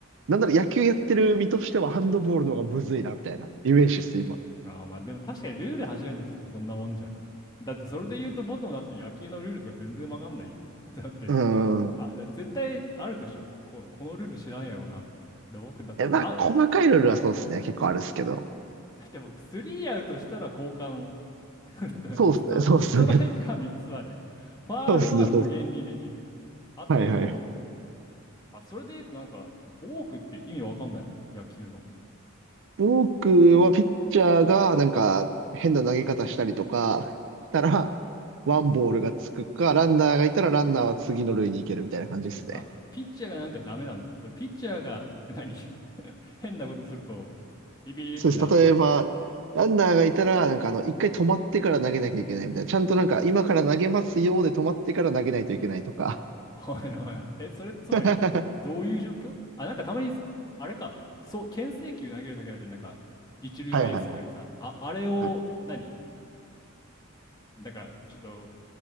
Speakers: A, on the right (about 60°); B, on the left (about 20°).
A: なんなら野球やってる身としてはハンドボールの方がむずいな、みたいなイメージです、今。
B: ああ、まあでも確かにルール初めて聞くとそんなもんじゃない。だってそれで言うと僕もだって野球のルールとか全然わかんないよ。<laughs> だって、
A: うん。
B: あ、だ絶対あるでしょ。こ、このルール知らんやろなって。で、僕だってアウ、
A: え、まあ、細かいルールはそうですね。結構あるっすけど。
B: だって僕スリーアウトしたら交換。<laughs> スト、
A: そうっすね、そうっすね。
B: ストライクは3つまで。
A: <laughs>
B: ファールは無限にできる。
A: そうっすね、そうっす。
B: あと、
A: はいはいはい。
B: あ、それで言うとなんか、ボークって意味わかんないもん。野球の。
A: 僕はピッチャーがなんか変な投げ方したりとかしたら、ワンボールがつくか、ランナーがいたらランナーは次の塁に行けるみたいな感じですね。
B: あ、ピッチャーがなんかダメなんだ。それピッチャーが何 <laughs>、変なことすると、ビビーってなるの。
A: そうです。例えば、ランナーがいたら、なんかあの、一回止まってから投げなきゃいけないみたいな。ちゃんとなんか、今から投げますよで止まってから投げないといけないとか。
B: <laughs> はいはいはい。え、それつまり、
A: <laughs>
B: どういう状況あ、なんかたまに、あれか、そう、牽制球投げるときあるじゃん、なんか、一塁ベースとかにさ、
A: はいはいはい。
B: あ、あれを何、
A: はい。
B: なんか、ちょっと、